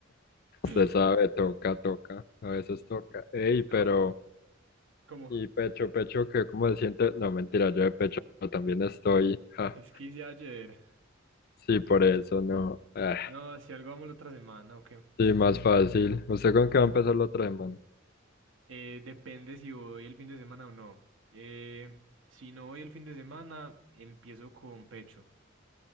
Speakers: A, on the right (about 80°); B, on the left (about 50°).
A: <laughs>
B: Se sabe, toca, toca, a veces toca. Ey, pero,
A: No, como,
B: y pecho, pecho, que cómo se siente, no, mentira, yo de pecho también estoy, ja,
A: es que hice ayer.
B: sí, por eso, no, ah,
A: No, si algo vamos la otra semana, ok.
B: sí, más fácil. ¿Usted con qué va a empezar la otra semana?
A: Eh, depende si voy el fin de semana o no. Eh, si no voy el fin de semana, empiezo con pecho,